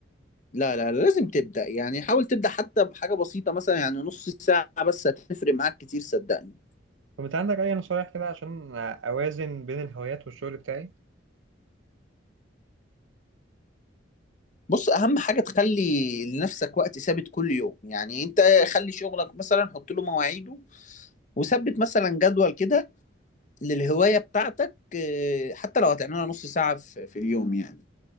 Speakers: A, on the left (about 40°); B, on the right (about 80°).
A: لا لا لا، لازم تبدا يعني حاول تبدا حتى بحاجه بسيطه مثلا يعني نص ساعه بس هتفرق معاك كتير صدقني
B: طب انت عندك اي نصايح كده عشان آه، اوازن بين الهوايات والشغل بتاعي؟
A: بص اهم حاجه تخلي لنفسك وقت ثابت كل يوم يعني انت خلي شغلك مثلا حط له مواعيده وثبت مثلا جدول كده للهواية بتاعتك آه، حتى لو هتعملها نص ساعة في في اليوم يعني